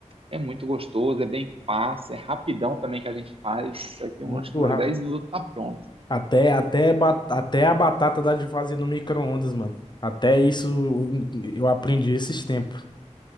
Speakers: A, on the right; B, on the left.
A: É muito gostoso, é bem fácil, é rapidão também que a gente faz. Isso aqui, eu
B: Muito
A: acho que uns 10 minutos tá pronto.
B: Até, até, ba- até a batata dá de fazer no micro-ondas, mano. Até isso eu aprendi esses tempos.